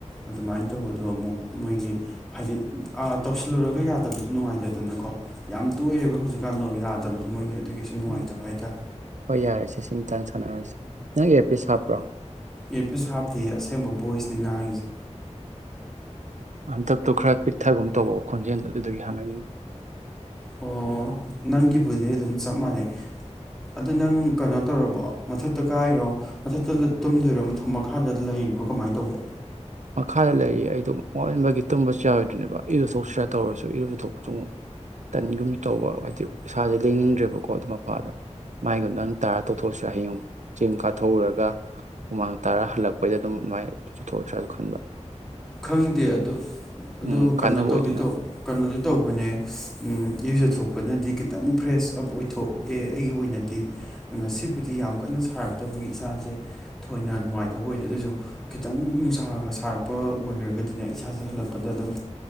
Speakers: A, in the centre; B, on the right.
A: ꯑꯗꯨꯃꯥꯏꯅ ꯇꯧꯕꯗꯣ ꯑꯃꯨꯛ ꯃꯣꯏꯒꯤ ꯍꯥꯏꯗꯤ ꯇꯧꯁꯤꯜꯂꯨꯔꯒ ꯌꯥꯗꯕꯗꯨꯣ ꯅꯨꯡꯉꯥꯏꯇꯗꯅꯀꯣ ꯌꯥꯝ ꯇꯣꯏꯑꯦꯕ ꯍꯧꯖꯤꯛꯀꯥꯟꯗꯣ ꯌꯥꯗ꯭ꯔꯦ ꯐꯠꯇꯕꯗꯣ ꯃꯣꯏꯒꯤ ꯑꯗꯨꯒꯤ ꯁꯨꯝ ꯅꯨꯡꯉꯥꯏꯇꯕ
B: ꯎꯝ
A: ꯍꯥꯏꯇꯥꯔꯦ
B: ꯍꯣꯏ ꯌꯥꯔꯦ ꯁꯤ ꯁꯤꯃꯇꯥꯟꯖꯦ ꯁꯅꯔꯁꯦ ꯅꯪ ꯑꯦ ꯄ ꯍꯥꯞꯄ꯭ꯔꯣ
A: ꯑꯦꯄꯤꯁ ꯍꯥꯞꯇꯦ ꯑꯁꯦꯡꯕ ꯚꯣꯏꯁꯅꯤ ꯉꯥꯡꯉꯁꯦ
B: ꯍꯟꯇꯞꯇꯣ ꯈꯔ ꯄꯤꯛꯊꯒꯨꯝ ꯇꯧꯑꯣ ꯈꯣꯟꯖꯦꯜꯗꯨꯣ ꯑꯗꯨꯗꯒꯤ ꯍꯪꯉꯟꯅꯤꯡꯉꯤ
A: ꯑꯣ ꯅꯪꯒꯤꯕꯨꯗꯤ ꯑꯗꯨꯝ ꯆꯞ ꯃꯥꯟꯅꯩ ꯑꯗꯨ ꯅꯪ ꯀꯩꯅꯣ ꯇꯧꯔꯕꯣ ꯃꯊꯛꯇ ꯀꯥꯏꯔꯣ ꯃꯊꯛꯇ ꯇꯨꯝꯗꯣꯏꯔꯣ ꯃꯊꯛ ꯃꯈꯥꯗ ꯂꯩꯔꯤꯕ꯭ꯔꯣ ꯀꯃꯥꯏꯅ ꯇꯧꯒꯦ
B: ꯃꯈꯥꯗ ꯂꯩꯔꯤ ꯑꯩ ꯑꯗꯨ ꯃꯟꯕꯒꯤ ꯇꯨꯝꯕꯁꯨ ꯌꯥꯔꯣꯏꯗꯣꯏꯅꯦꯕ ꯏꯔꯨꯊꯣꯛꯁꯤꯔꯥ ꯇꯧꯔꯁꯨ ꯏꯔꯨ ꯆꯨꯊꯣꯛꯄꯁꯨ ꯑꯃꯨꯛ ꯇꯟꯒꯨꯝ ꯇꯧꯕ ꯍꯥꯏꯗꯤ ꯏꯁꯥꯁꯦ ꯂꯦꯡꯅꯤꯡꯗ꯭ꯔꯦꯕꯀꯣ ꯑꯗꯨ ꯃꯐꯥꯗ ꯃꯥꯏꯒꯨꯝꯗ ꯅꯪ ꯇꯥꯔ ꯇꯣꯊꯣꯛꯑꯁꯤꯔꯥ ꯍꯌꯦꯡ ꯆꯦꯡ ꯀꯥꯊꯣꯛꯎꯔꯒ ꯍꯨꯃꯥꯡ ꯇꯥꯔ ꯍꯜꯂꯛꯄꯩꯗ ꯑꯗꯨꯝ ꯑꯗꯨꯃꯥꯏꯅ ꯆꯨꯊꯣꯛꯑꯁꯤꯔꯥ ꯈꯟꯕ
A: ꯈꯪꯗꯦ ꯑꯗꯨ ꯑꯗꯨ
B: ꯎꯝ ꯀꯥꯟꯅꯕ
A: ꯀꯩꯅꯣ ꯇꯧꯗꯤ
B: ꯑꯣꯏꯗꯅ
A: ꯀꯩꯅꯣꯗꯤ ꯇꯧꯕꯅꯦ ꯌꯨꯖ ꯊꯣꯛꯄꯅꯗꯤ ꯈꯤꯇꯪ ꯐ꯭ꯔꯦꯁ ꯑꯞ ꯑꯣꯏꯊꯣꯛꯑꯦ ꯑꯩꯒꯤ ꯑꯣꯏꯅꯗꯤ ꯉꯁꯤꯕꯨꯗꯤ ꯌꯥꯝ ꯀꯟꯅ ꯁꯥꯔꯛꯇꯕꯒꯤ ꯏꯁꯥꯁꯦ ꯊꯣꯏꯅ ꯅꯨꯡꯉꯥꯏꯇꯕ ꯑꯣꯏꯗꯦ ꯑꯗꯨꯁꯨ ꯈꯤꯇꯪ ꯅꯨꯡꯁꯥꯔꯒ ꯁꯥꯔꯛꯄ ꯑꯣꯏꯔꯒꯗꯤꯅꯦ ꯏꯁꯥꯁꯦ ꯍꯜꯂꯛꯄꯗ ꯑꯗꯨꯝ